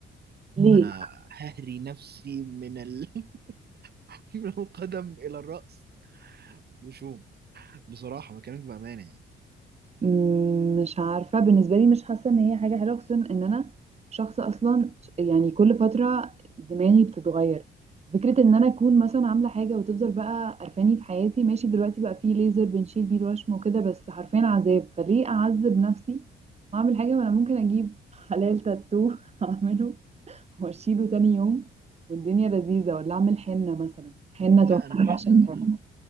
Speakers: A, on the right (about 30°); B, on the right (about 55°).
A: ليه؟
B: انا ههري نفسي من ال... <laughs> من القدم الى الرأس وشوم بصراحة بكلمك بأمانة يعني
A: مم، مش عارفة بالنسبة لي مش حاسة ان هي حاجة حلوة خصوصا ان انا شخص اصلا ش- يعني كل فترة دماغي بتتغير فكرة ان انا اكون مثلا عاملة حاجة وتفضل بقى قرفاني في حياتي ماشي دلوقتي بقى فيه ليزر بنشيل بيه الوشم وكده بس حرفيا عذاب فليه اعذب نفسي واعمل حاجة ما انا ممكن اجيب حلال تاتو <laughs> اعمله واشيله تاني يوم والدنيا لذيذة ولا اعمل حنة مثلا حنة
B: لا
A: تحفة
B: انا مش
A: أنا بعشق
B: انا
A: الحنة